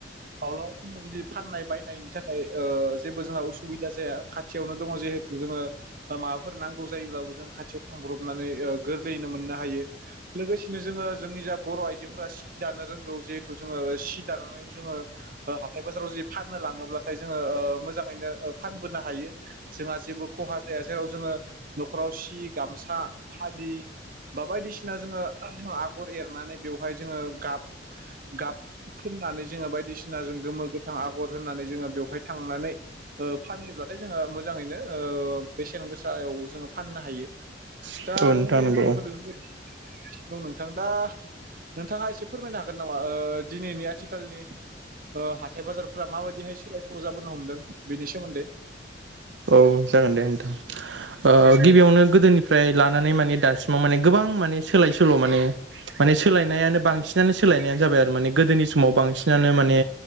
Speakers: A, on the right; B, on the right.
A: माब्लाबा जुदि फाननाय बायनायनि थाखाय ओ जेबो जोंहा उसुबिदा जाया खाथियावनो दङ जिहेथु जोङो माबाफोर नांगौ जायोब्लाबो जों खाथियाव थांब्रबनानै ओ गोरलैयैनो मोननो हायो लोगोसेनो जोङो जोंनि जा बर' आइजोफोरा सि दानो रोंगौ जिहेथु जोङो सि दानानै जोङो हाथाय बाजाराव जुदि फाननो लाङोब्लाथाय जोङो ओ मोजाङैनो फानबोनो हायो जोंहा जेबो खहा जाया जेराव जोङो न'खराव सि गामसा फालि बा बायदिसिना जोङो आगर एरनानै बेवहाय जोङो गाब गाब फुननानै जोङो बायदिसि ना जों गोमो, गोथां आगर होननानै जोङो बेवहाय थांनानै ओ फानहैब्लाथाय जोङो मोजाङैनो ओ बेसेन गोसायाव जोङो फाननो हायो
B: नोंथां
A: दा जोंनि
B: नंगौ
A: ओनसोलावथ'
B: औ
A: बेफोरबायदि दं नोंथां दा नोंथाङा एसे फोरमायनो हागोन नामा ओ दिनैनि आथिखालनि ओ हाथाय बाजारफोरा माबायदिहाय सोलाय सोल जाबोनो हमदों बेनि सोमोन्दै
B: औ जागोन दे नोंथां ओ
A: औ
B: गिबियावनो गोदोनिफ्राय लानानै माने दासिमाव माने गोबां माने सोलाय सोल माने माने सोलायनायानो बांसिनानो सोलायनायानो जाबाय आरो माने गोदोनि समाव बांसिनानो माने